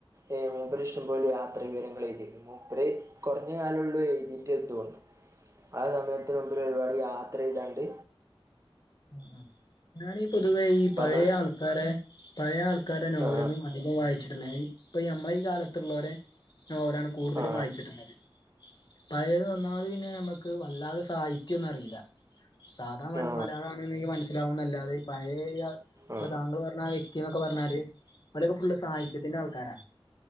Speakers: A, on the right; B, on the left.
A: ഏ മൂപ്പര് ഇഷ്ടംപോലെ യാത്ര വിവരങ്ങൾ എഴുതിന്നു മൂപ്പരേ കുറഞ്ഞ കാല ഉള്ളൂ എഴുതിയിട്ട് ത്തോനുന്നു ആ സമയത്തി മുമ്പിൽ ഒരുപാടി യാത്ര ചെയ്താണ്ട്
B: ഉ ഞാനീ പൊതുവേ ഈ പഴയ
A: പറഞ്ഞോളൂ
B: ആൾക്കാരെ പഴയ ആൾക്കരെ നോവലൊന്നും
A: ആ
B: അതി ക്കം വായിച്ചിട്ടില്ല ഇപ്പൊ ഈ നമ്മളെ ഈ കാലത്തുള്ളരെ നോവലാണ് കൂടുതലും
A: ആ
B: വായിച്ചിട്ടുള്ളത് പഴയത് ഓന്നാമത് പിന്നെ നമുക്ക് വല്ലാതെ സാഹിത്യംന്നും അറിയില്ല സാധാ മല
A: ആ
B: മലയാളംണെങ്കിൽ മനസ്സിലാവുന്നല്ലതെ ഈ പഴയ ഇപ്പൊ
A: ആ
B: താങ്കൾ പറഞ്ഞ ആ വ്യക്തി ക്ത്തി ന്നൊക്കെ പറഞ്ഞാല് ഇവിടെയൊക്കെ ഫുള് സാഹയത്തിന്റെ ആൾക്കാരാ